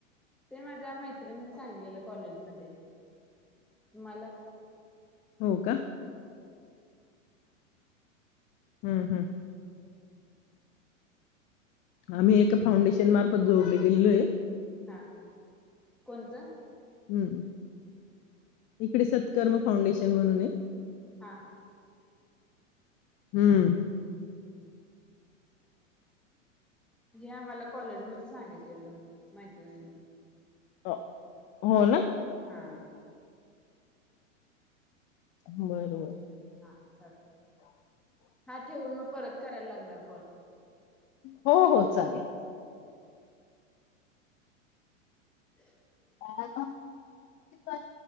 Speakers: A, in the centre; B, on the left.
A: ते माझ्या मैत्रिनीन सांगितलेलं कॉलेज मध्ये तुम्हाला
B: हो का हं हम्म आम्ही एका फाउंडेशन मार्फत जोडले गेलेलो हाय.
A: हा कोणतं?
B: हम्म इकडे सत्कर्म फाउंडेशन <unintelligible> म्हणू णे
A: हा
B: हम्म
A: हे आम्हाला कॉलेजमध्येच -- सांगितलेलं मैत्रिणीनी
B: हो
A: ह
B: हो ना?
A: हा
B: बरबर
A: हा चालं- - हा ठेवून मग परत करायला लागणार कॉल
B: हो हो चालेल.
A: ह <unintelligible>
B: हाय ना ती पाच